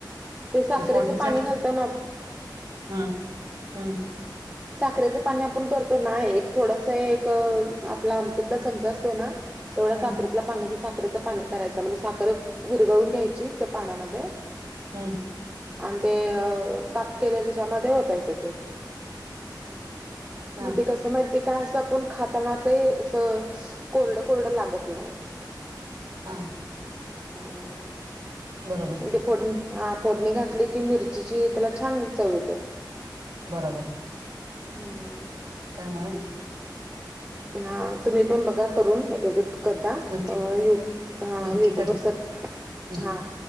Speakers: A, on the right; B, on the right.
A: ते साखरेचं
B: मग फोडणीत
A: पाणी
B: काय केलं
A: घालताना
B: हम्म हम्म
A: साखरेचं पाणी आपण करतो ना एक थोडस एक आपला आमटीतला चमचा असतोय ना तेवढा
B: हम्म
A: साखरेतला पाणी साखरेचं पाणी करायच म्हणजे साखर विरगळून घ्यायची त्या पाण्यामध्ये
B: हम्म
A: आणि ते काप केल्या त्याच्यामध्ये होतायचं ते
B: हा
A: मग ते कसं माहि ते काय असं आपण खाताना ते अस कोरडं कोरडं लागत नाही
B: हा
A: हं
B: बरोबर
A: ते फोडणी फोडणी घातली की मिरचीची त्याला छान चव येते
B: बरोबर आहे.
A: हम्म
B: त्यामुळे
A: हा तुम्ही पण बघा करून एक का कदा
B: नक्की
A: युट्युब
B: नक्की करेन
A: वर सर्च
B: नाही
A: हा